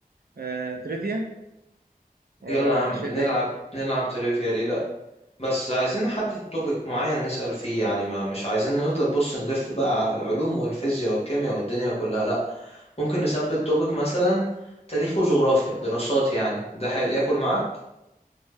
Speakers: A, on the right; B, on the left.
A: آه، تريفيا ولا
B: يلا يا عم
A: انت شايف
B: نلعب
A: ايه
B: نلعب تريفيا ليه لا بس عايزين نحدد توبيك معين نسأل فيه يعني ما مش عايزين نفضل بص نلف بقى على العلوم والفيزياء والكيمياء والدنيا كلها لا ممكن نثبت توبيك مثلا تاريخ وجغرافيا دراسات يعني ده حلو ياكل معاك